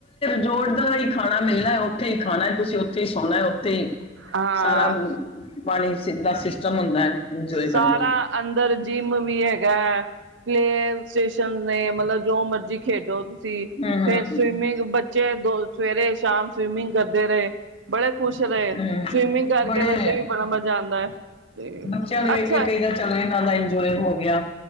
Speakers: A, on the left; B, on the right.
A: ਜੋੜ ਦਾਰ ਹੀ ਖਾਣਾ ਮਿਲਣਾ ਹੈ, ਉੱਥੇ ਹੀ ਖਾਣਾ ਹੈ ਤੁਸੀਂ ਉੱਥੇ ਹੀ ਸੋਣਾ। ਹੀ
B: ਹਾਂ
A: ਸਾਰਾ ਪਾਣੀ ਸਿੱਧਾ ਸਿਸਟਮ ਹੁੰਦਾ ਹੈ ਇੰਜੋਏ ਕਰਨ
B: ਸਾਰਾ
A: ਲਈ
B: ਅੰਦਰ ਜਿੰਮ ਵੀ ਹੈਗਾ ਹੈ। ਪਲੇ ਸਟੇਸ਼ਨ ਨੇ ਮਤਲਬ ਜੋ ਮਰਜੀ ਖੇਡੋ ਫੇਰ
A: ਹਮ ਹਮ
B: ਸਵਿਮਿੰਗ ਬ ਬੱਚੇ ਦੋ ਸਵੇਰੇ ਸ਼ਾਮ ਸਵਿਮਿੰਗ ਕਰਦੇ ਰਹੇ ਬੜੇ ਖੁਸ਼ ਰਹੇ
A: ਹਮ
B: ਸਵੀਮਿੰਗ ਕਰਕੇ
A: ਬੜੇ
B: ਵੈਸੇ ਵੀ ਬੜਾ ਮਜ਼ਾ ਆਉਂਦਾ ਹੈ। ਤੇ
A: ਬੱਚਿਆਂ ਨੂੰ ਵੇਖ
B: ਅੱਛਾ
A: ਕੇ ਕਈ ਤਾਂ ਚੱਲ ਇਹਨਾਂ ਦਾ ਇਨਜੋਏ ਹੋ ਗਿਆ।